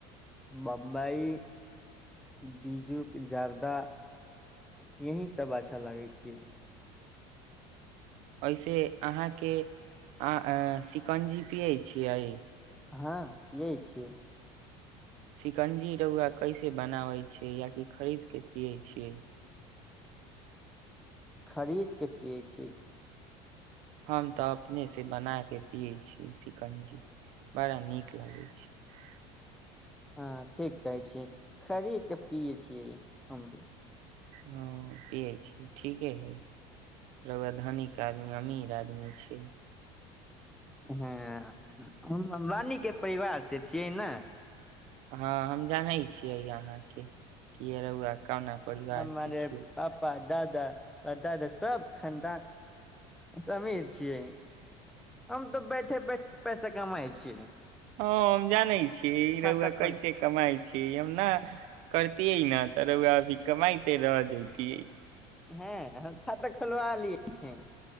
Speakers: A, in the centre; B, on the right.
A: बम्बई बीजुक जर्दा यही सब अच्छा लागै छियै
B: ऐसे अहाँके आ शिकंजी पियै छियै
A: हँ पियै छियै
B: शिकंजी रौआ कैसे बनाबै छियै आ कि खरीद के पियै छियै
A: खरीद के पियै छी
B: हम तऽ अपनेसँ बना कऽ पियै छियै सिकंजी बड़ा नीक लगैत छै
A: हँ ठीक कहै छी खरीद कऽ पियै छियै हम भी
B: हँ पियै छीयै ठीके हइ रआ धनिक आदमी अमीर आदमी छै
A: हँ हम रानीके परिवारसँ छियै ने
B: हँ हम जानै छियै यहाँके कि रौआ कहुना परिवार
A: हमरे
B: से छियै
A: पापा दादा हमरा दादा सब दा सब खनदान सभी छीय हम तऽ बैठे बैठे पैसा कमाइ छिय
B: हँ हम जानै छियै ई
A: खाता
B: रौआ
A: खोल
B: कैसे कमाइ छै हम न करती है न त रौआ अभी कमाइते रह जति
A: हँ हम खातऽ खोलवा लिय छिय